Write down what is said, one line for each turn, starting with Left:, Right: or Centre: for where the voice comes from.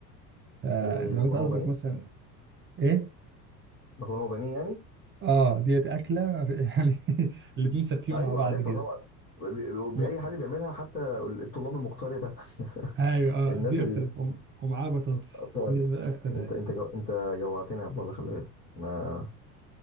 Right: آه
Left: اللي هي
Right: لو
Left: المكرونه
Right: انت قصدك
Left: وبانيه
Right: مثلا ايه
Left: مكرونه وبانيه يعني
Right: اه ديت اكله <laughs> يعني الاتنين ثابتين
Left: ايوه
Right: مع بعض
Left: عارفها
Right: كده
Left: طبعا ب- ب-
Right: وم-
Left: باي حد بيعملها حتى الطلاب المغتربه
Right: ايوه
Left: <laughs>
Right: اه
Left: الناس
Right: دي اكتر وم- ومعاها بطاطس
Left: الاطفال
Right: دي بقى اكتر
Left: انت
Right: حاجه
Left: انت جو... انت جوعتني يا عبد الله خلي بالك انا